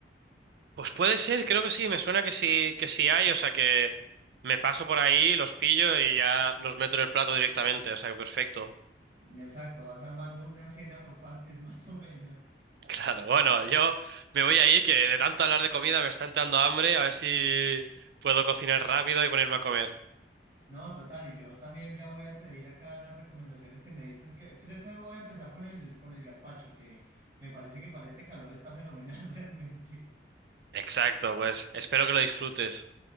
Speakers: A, on the right; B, on the right.
A: Pues puede ser, creo que sí, me suena que sí, que sí hay, o sea que me paso por ahí, los pillo y ya los meto en el plato directamente, o sea que perfecto. <laughs>
B: Exacto, vas armando una cena por partes <laughs> más o menos.
A: Claro, bueno, yo me voy a ir, que de tanto hablar de comida me está entrando hambre, a ver si puedo cocinar rápido y ponerme a comer.
B: No, total, y yo también ya voy a pedir acá las recomendaciones que me diste. Es que creo que voy a empezar con el, con el gazpacho, que me parece que para este calor está fenomenal <laughs> realmente.
A: Exacto, pues espero que lo disfrutes.